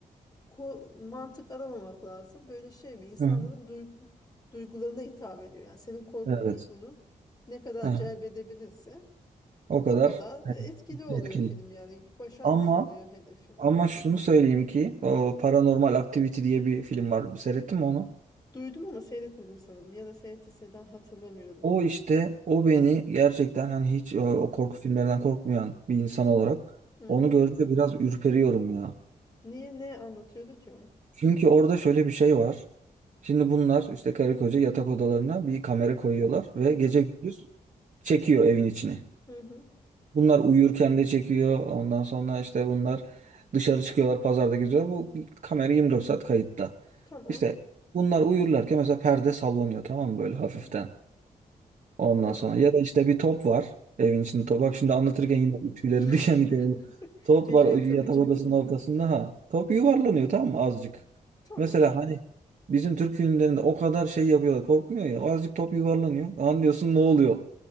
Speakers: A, on the left; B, on the right.
A: ko- mantık aramamak lazım. Böyle şey mi? İnsanların
B: Hı hı.
A: duygu duygularına hitap ediyor. Yani senin korku
B: Evet.
A: duygunu ne kadar
B: Ha,
A: celbedebilirse
B: o kadar
A: o kadar
B: evet,
A: etkili oluyor
B: etkili.
A: film yani başarmış
B: Ama
A: oluyor hedefini.
B: ama şunu söyleyeyim ki o Paranormal Activity diye bir film var. Seyrettin mi onu?
A: Duydum ama seyretmedim sanırım. Ya da seyrettiysem hatırlamıyorum.
B: O işte o beni gerçekten hani hiç o,
A: Hı
B: o korku filmlerinden korkmayan bir insan olarak
A: hı.
B: onu
A: hı.
B: gördüğümde biraz ürperiyorum ya.
A: Niye ne anlatıyordu ki o?
B: Çünkü orada şöyle bir şey var. Şimdi bunlar işte karı koca yatak odalarına bir kamera koyuyorlar
A: Hı
B: ve
A: hı.
B: gece gündüz çekiyor evin içini.
A: Hı hı.
B: Bunlar uyurken de çekiyor. Ondan sonra işte bunlar dışarı çıkıyorlar, pazarda geziyorlar. Bu kamera 24 saat kayıtta.
A: Tamam.
B: İşte bunlar uyurlarken mesela perde sallanıyor tamam mı böyle hafiften.
A: Hı.
B: Ondan
A: Evet.
B: sonra ya da işte bir top var evin içinde. Top. Bak şimdi anlatırken
A: Hı hı.
B: yine <laughs> tüylerim
A: <laughs>
B: diken diken oldu. Top
A: Gece
B: var o
A: yatamayacaksın.
B: yatak odasının ortasında ha. Top yuvarlanıyor tamam mı azıcık.
A: Tamam.
B: Mesela hani bizim Türk filmlerinde o kadar şey yapıyorlar korkmuyor ya. Azıcık top yuvarlanıyor. Anlıyorsun ne oluyor.